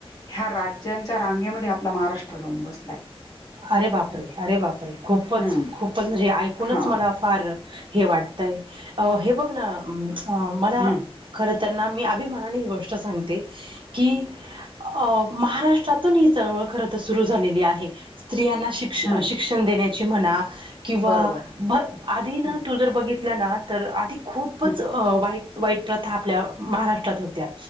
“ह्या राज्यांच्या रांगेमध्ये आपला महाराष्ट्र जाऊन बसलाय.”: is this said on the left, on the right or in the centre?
Left